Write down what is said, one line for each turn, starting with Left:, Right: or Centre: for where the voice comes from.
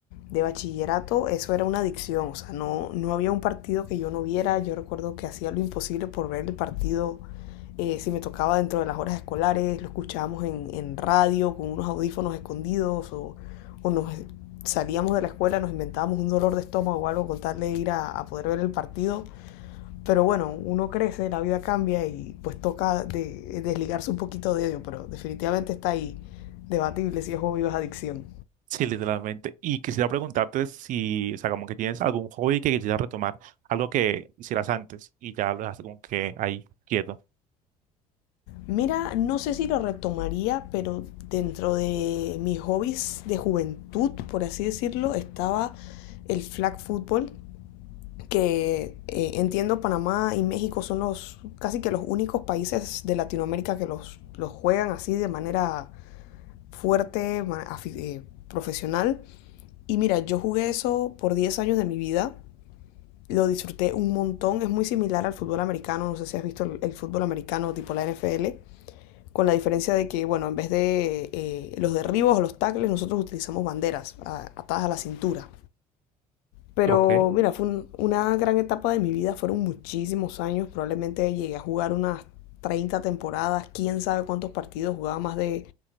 Left: de bachillerato, eso era una adicción, o sea, no, no había un partido que yo no viera, yo recuerdo que hacía lo imposible por ver el partido, eh, si me tocaba dentro de las horas escolares, lo escuchábamos en, en radio con unos audífonos escondidos o, o nos salíamos de la escuela, nos inventábamos un dolor de estómago o algo con tal de ir a, a poder ver el partido pero bueno, uno crece, la vida cambia y pues toca de, desligarse un poquito de ello, pero definitivamente está ahí, debatible si es hobby o es adicción.
Right: Sí, literalmente. Y quisiera preguntarte si, o sea, como que tienes algún hobby que quisieras retomar, algo que hicieras antes y ya lo dejaste como que ahí quieto.
Left: Mira, no sé si lo retomaría, pero dentro de mis hobbies de juventud, por así decirlo, estaba el flag football, que eh, entiendo Panamá y México son los casi que los únicos países de Latinoamérica que los, los juegan así de manera fuerte, eh, profesional. Y mira, yo jugué eso por 10 años de mi vida. Lo disfruté un montón. Es muy similar al fútbol americano. No sé si has visto el, el fútbol americano tipo la NFL. Con la diferencia de que, bueno, en vez de eh, los derribos o los tackles, nosotros utilizamos banderas a, atadas a la cintura. Pero
Right: Ok.
Left: mira, fue un, una gran etapa de mi vida, fueron muchísimos años, probablemente llegué a jugar unas 30 temporadas, quién sabe cuántos partidos, jugaba más de